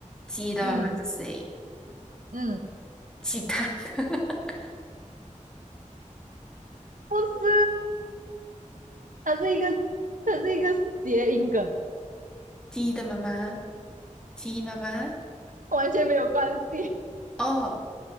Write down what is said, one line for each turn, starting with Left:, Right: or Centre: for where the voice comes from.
Centre: 鸡的妈妈是谁？
Right: 嗯嗯，
Centre: 鸡蛋，<laughs>
Right: 不是，它是一个，它是一个谐音梗，
Centre: 鸡的妈妈，鸡妈妈。
Right: 完全没有关系，
Centre: 哦，